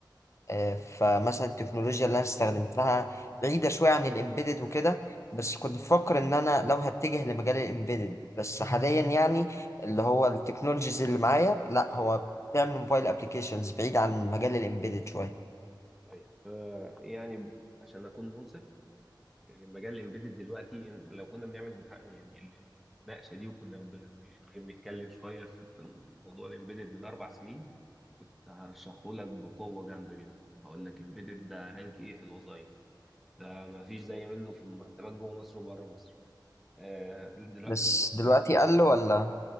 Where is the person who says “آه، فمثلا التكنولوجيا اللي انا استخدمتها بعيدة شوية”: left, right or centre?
Left